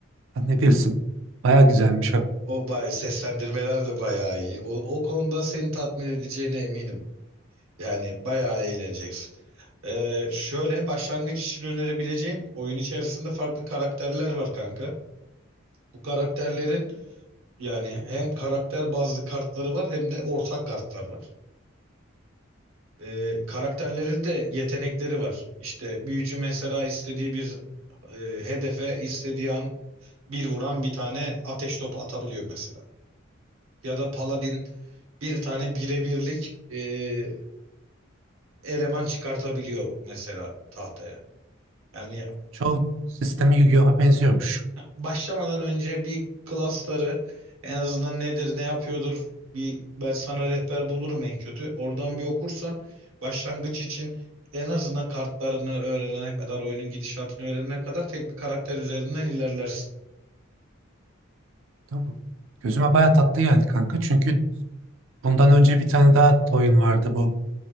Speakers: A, on the right; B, on the right.
A: Sen Ne bilirsin. Bayağı güzelmiş o.
B: O bay seslendirmeler de bayağı iyi. O, o konuda seni tatmin edeceğine eminim. Yani bayağı eğleneceksin. Ee, şöyle başlangıç için önerebileceğim oyun içerisinde farklı karakterler var kanka. Bu karakterlerin yani hem karakter bazlı kartları var hem de ortak kartlar var. e, karakterlerin de yetenekleri var. İşte büyücü mesela istediği bir e, hedefe istediği an bir vuran bir tane ateş topu atabiliyor mesela. Ya da paladin bir tane birebirlik e, eleman çıkartabiliyor mesela tahtaya. Yani
A: Çoğu sistemi Yu-Gi-Oh'a benziyormuş.
B: başlamadan önce bir klasları en azından nedir ne yapıyordur bir ben sana rehber bulurum en kötü. Oradan bir okursan başlangıç için en azından kartlarını öğrenene kadar oyunun gidişatını öğrenene kadar tek bir karakter üzerinden ilerlersin.
A: Tamam. Gözüme bayağı tatlı geldi kanka. Çünkü bundan önce bir tane daha oyun vardı bu.